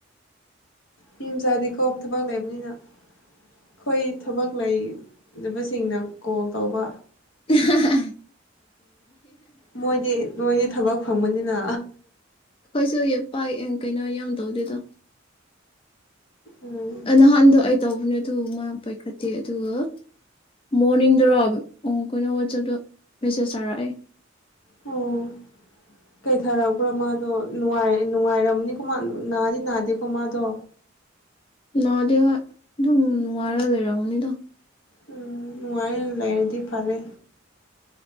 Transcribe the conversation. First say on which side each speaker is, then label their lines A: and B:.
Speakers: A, on the left; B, on the left.
A: ꯃꯤ ꯃꯆꯥꯗꯤꯀꯣ ꯊꯕꯛ ꯂꯩꯕꯅꯤꯅ ꯑꯩꯈꯣꯏ ꯊꯕꯛ ꯂꯩꯗꯕꯁꯤꯡꯅ ꯀꯣꯜ ꯇꯧꯕ
B: ꯍ ꯍ
A: ꯃꯣꯏꯗꯤ ꯃꯣꯏꯗꯤ ꯊꯕ ꯐꯪꯕꯅꯤꯅ
B: ꯍꯣꯏꯁꯨ ꯄꯥꯏ ꯀꯩꯅꯣ ꯌꯥꯝ ꯇꯧꯗꯦꯗꯣ
A: ꯎꯝ
B: ꯅꯍ ꯑꯗꯨ ꯇꯧꯕꯅꯦ ꯑꯗꯨ ꯃꯥ ꯄꯥꯏꯈꯠꯇꯦ ꯑꯗꯨꯒ ꯃꯣꯔꯅꯤꯡꯗꯔꯣ ꯑꯩꯣꯏꯅ ꯋꯥꯆꯞꯇ ꯃꯦꯁꯦꯁ ꯊꯥꯔꯛꯑꯦ
A: ꯑꯣ ꯀꯩꯊꯥꯔꯛꯄ꯭ꯔꯥ ꯃꯥꯗꯣ ꯅꯨꯡꯉꯥꯏꯔꯝꯅꯤꯀꯣ ꯃꯥ ꯅꯥꯗꯤ ꯅꯥꯗꯦꯀꯣ ꯃꯥꯗꯣ
B: ꯅꯗ ꯑꯗꯨꯝ ꯅꯨꯡꯉꯔ ꯂꯩꯔ ꯎꯅꯤꯗ
A: ꯎꯝ ꯅꯥꯏ ꯂꯩꯥꯏꯔꯗꯤ ꯐꯔꯦ